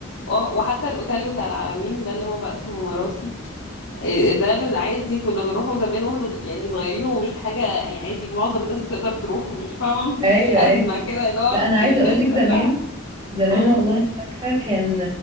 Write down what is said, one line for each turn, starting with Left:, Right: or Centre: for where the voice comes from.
Left: آه، وحتى الاوتيل بتاع العلمين ده اللي هو بقى اسمه مراسي إيه ده بن- عادي كنا بنروحه زمان واحنا ص- يعني صغيرين ومش حاجة يعني عادي معظم الناس بتقدر تروح مش فاهمة مفيش
Right: ايوه
Left: أزمة
Right: ايوه
Left: كده اللي هو
Right: لا انا
Left: الناس
Right: عايزة اقول لك
Left: كلها
Right: زمان زمان
Left: اه
Right: والله انا فاكرة كان